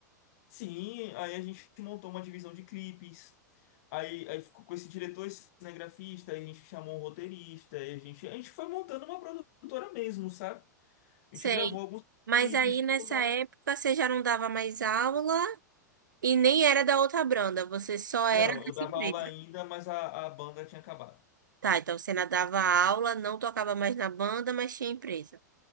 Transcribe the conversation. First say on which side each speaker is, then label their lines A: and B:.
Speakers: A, on the left; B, on the right.
A: Sim, aí a gente montou uma divisão de clipes. Aí, aí ficou com esse diretor, esse cinegrafista, aí a gente chamou um roteirista, aí a gente, a gente foi montando uma produtora mesmo, sabe? A
B: Sei.
A: gente gravou alguns
B: Mas
A: clipes,
B: aí
A: tudo
B: nessa
A: mais.
B: época você já não dava mais aula e nem era da outra banda, você só
A: Não,
B: era dessa
A: eu dava
B: empresa.
A: aula ainda, mas a, a banda tinha acabado.
B: Tá, então você não dava aula, não tocava mais na banda, mas tinha empresa.